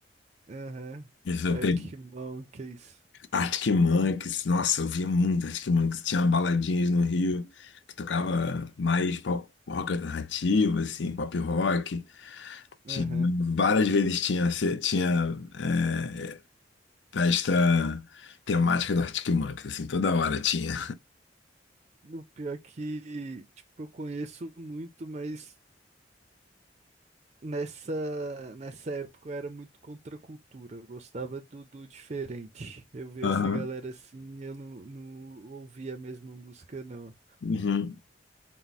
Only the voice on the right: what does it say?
aham,
Arctic
Monkeys,
aham.
O pior é que, tipo, eu conheço muito, mas nessa, nessa época eu era muito contra a cultura. Eu gostava do, do diferente. Eu via
essa galera assim, eu não, não ouvia a mesma música, não.